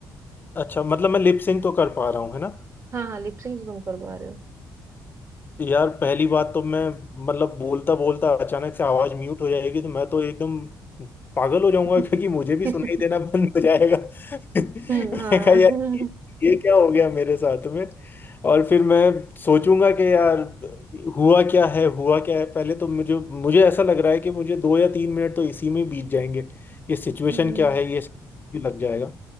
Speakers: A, on the left (about 30°); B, on the right (about 40°).
A: अच्छा मतलब मैं लिप सिंक तो कर पा रहा हूँ है ना
B: हाँ हाँ लिपसिंग तो तुम कर पा रहे हो
A: यार पहली बात तो मैं मतलब बोलता बोलता अचानक से आवाज म्यूट हो जाएगी तो मैं तो एकदम पागल हो जाऊंगा
B: <laughs>
A: <laughs> क्योंकि मुझे भी सुनाई देना बंद हो जाएगा <laughs>
B: हम्म
A: मैं
B: हाँ
A: कहा यार ये ये क्या हो गया मेरे साथ में और फिर मैं सोचूंगा कि यार हुआ क्या है हुआ क्या है पहले तो मुझे मुझे ऐसा लग रहा है कि मुझे दो या तीन मिनट तो इसी में बीत जाएंगे ये सिचुएशन
B: हम्म
A: क्या है ये सब भी लग जाएगा